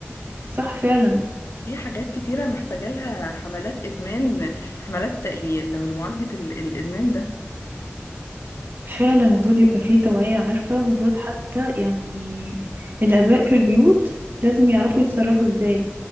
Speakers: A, on the right; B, on the left.
A: صح فعلا
B: في حاجات كتيرة محتاجة لها حملات إدمان حملات يعني لو لمعالجة ال- الإدمان ده
A: فعلا المفروض يبقى فيه توعية عارفة المفروض حتى يعني الآباء في البيوت لازم يعرفوا يتصرفوا ازاي